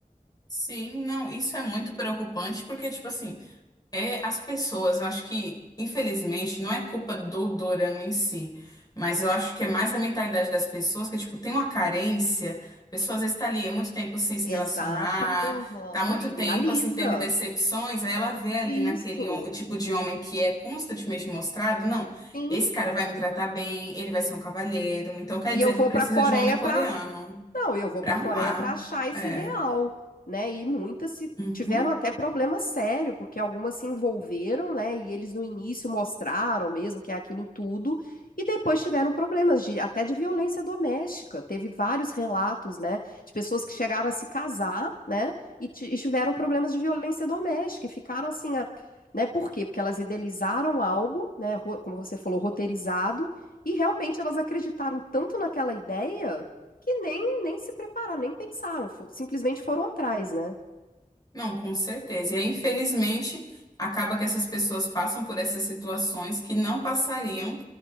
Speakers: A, on the left; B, on the left.
A: Sim, não, isso é muito preocupante porque tipo assim, É as pessoas, eu acho que, infelizmente, não é culpa do dorama em si, mas eu acho que é mais a mentalidade das pessoas, que, tipo, tem uma carência, a pessoa às vezes tá ali há muito tempo sem se
B: Exatamente.
A: relacionar, tá há muito
B: idealiza.
A: tempo, assim, teve decepções, aí ela vê ali
B: Isso.
A: naquele hom- o tipo de homem que é constantemente mostrado, não,
B: Sim.
A: esse cara vai me tratar bem, ele vai ser um cavalheiro, então quer
B: E
A: dizer
B: eu vou
A: que eu preciso
B: para a Coreia
A: de um homem coreano
B: para Não, eu vou
A: pra
B: para
A: arrumar.
B: a Coreia para achar esse
A: É.
B: ideal, né? E muitas se
A: uhum.
B: tiveram até problema sério, porque algumas se envolveram, né? E eles no início mostraram mesmo que é aquilo tudo, e depois tiveram problemas de até de violência doméstica. Teve vários relatos, né? De pessoas que chegaram a se casar, né? E, ti- e tiveram problemas de violência doméstica e ficaram assim, a- né? Por quê? Porque elas idealizaram algo, né? ro- Como você falou, roteirizado. E realmente elas acreditaram tanto naquela ideia que nem, nem se prepararam, nem pensaram, fo- simplesmente foram atrás, né?
A: Não, com certeza. E aí, infelizmente, acaba que essas pessoas passam por essas situações que não passariam